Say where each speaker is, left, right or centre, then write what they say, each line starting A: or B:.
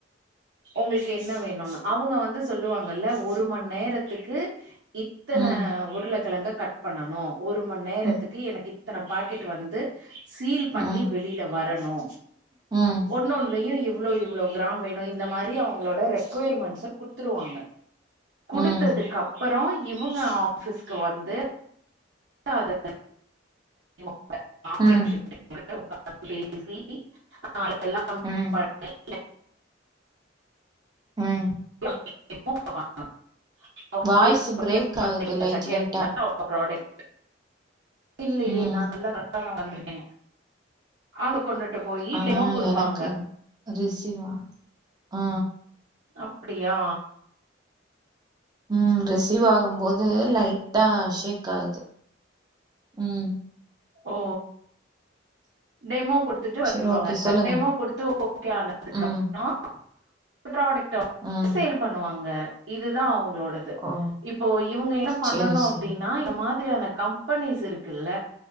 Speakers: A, on the right; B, on the right.
A: ஒங்களுக்கு என்ன வேணுன்னு அவுங்க வந்து சொல்லுவாங்க இல்ல ஒரு மணி நேரத்துக்கு இத்தன
B: ம்
A: உருளக்கிழங்க கட் பண்ணணும் ஒரு மணி நேரத்துக்கு
B: ம்
A: எனக்கு இத்தன பாக்கெட்டு வந்து சீல்
B: ம்
A: பண்ணி வெளியில வ ட்டனு
B: ம்
A: ஒண்ணு ஒண்ணுலயும் இவ இவ்ளோ இவ்ளோ கிராம் வேணும் இந்த மாரி அவங்களோட ரெக்குயர்மெண்ட்ஸ குடுத்துருவாங்க
B: ம்
A: குடுத்தது கப் புறம் இவங்க ஆஃபீஸ்க்கு வந்து அத அ <unintelligible>
B: ம்
A: உங்காத்து பேசி <unintelligible>
B: ம் ம்
A: <unintelligible> <unintelligible>
B: வாய்ஸ் பிரேக் ஆகுது லைட்
A: செகண்ட்ல
B: லைட்டா
A: <unintelligible> ப்ராடக்ட் இல்லியே
B: ம்
A: நா நல்லா அதான் உக்காந்து இருக்கேன் அங்க கொண்டுட்டு போயி
B: ஆனா
A: டிமோ குடுப்பாங்க
B: எனக்கு ரிசீவ் ஆ ஆ
A: அப்டியா
B: ம் ரிசீவ் ஆகும்போது லைட் டா ஷேக் ஆகுது ம்
A: ஓ டெமோ குடுத்துட்டு வருவாங்க
B: சரி ஓகே சொல்லுங்க
A: டெமோ குடுத்து ஓகே ஆனதுக்கப்றோ
B: ம்
A: ப்ராடக்ட் ட்
B: ம்.
A: சேல் பண்ணுவாங்க இதுதா அவுங் ளோடது
B: ஓ!
A: இப்போ இவுங்க என்ன பண்ணணு
B: சரி,
A: அப்டின்னா
B: சரி.
A: எ மா த்ரியான கம்பெனிஸ் இருக்குல்ல